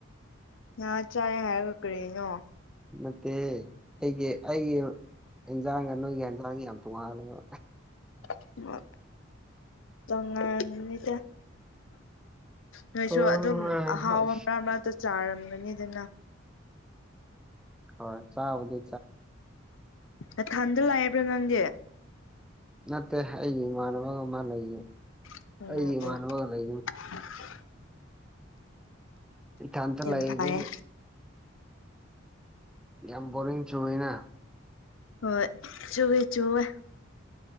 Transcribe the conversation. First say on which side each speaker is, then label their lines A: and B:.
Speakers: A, on the left; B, in the centre.
A: ꯉꯥ ꯆꯥꯏ ꯍꯥꯏꯔꯒ ꯀꯔꯤꯅꯣ
B: ꯅꯠꯇꯦ ꯑꯩꯒꯤ ꯑꯩꯒꯤ ꯏꯟꯖꯥꯡꯒ ꯅꯣꯏꯒꯤ ꯌꯦꯟꯖꯥꯡꯒ ꯌꯥꯝ ꯇꯣꯡꯉꯥꯜꯂꯦꯕ
A: ꯑ <unintelligible> ꯇꯣꯉꯥꯜꯂꯤꯅꯤꯗ ꯅꯣꯏꯁꯨ
B: ꯍꯣꯏ
A: ꯑꯗꯨꯝ ꯑꯍꯥꯎꯕ ꯃꯔꯥꯛ ꯃꯔꯛꯇ ꯆꯥꯔꯝꯒꯅꯤꯗꯅ
B: ꯍꯣꯏ ꯆꯥꯕꯗꯤ
A: ꯅꯊꯟꯗ ꯂꯩꯕ꯭ꯔꯥ ꯅꯪꯗꯤ
B: ꯅꯠꯇꯦ ꯑꯩꯒꯤ ꯏꯃꯥꯟꯅꯕꯒ ꯃꯥ ꯂꯩ
A: ꯑꯣ
B: ꯑꯩꯒꯤ ꯏꯃꯥꯟꯅꯕꯒ
A: ꯑꯣ
B: ꯂꯩꯌꯦ
A: <unintelligible>
B: ꯢꯊꯥꯜꯗ
A: ꯌꯥꯝ
B: ꯂꯩꯔꯗꯤ
A: ꯐꯩꯌꯦ
B: ꯌꯥꯝ ꯕꯣꯔꯤꯡ ꯆꯨꯏꯋꯦꯅ
A: ꯍꯣꯢ ꯆꯨꯍꯦ ꯆꯨꯍꯦ